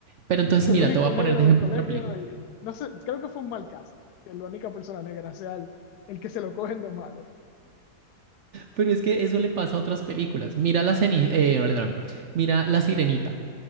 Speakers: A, on the right (about 65°); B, on the left (about 75°).
A: Pero
B: <laughs>
A: entonces,
B: el
A: mira,
B: único
A: te voy a poner
B: negro
A: de ejemplo
B: del colegio
A: otra película.
B: y no sé, creo que fue un mal casting, que la única persona negra sea el, el que se lo cogen de malo.
A: Pero es que eso le pasa a otras películas. Mira la, ceni- eh, mira la Sirenita.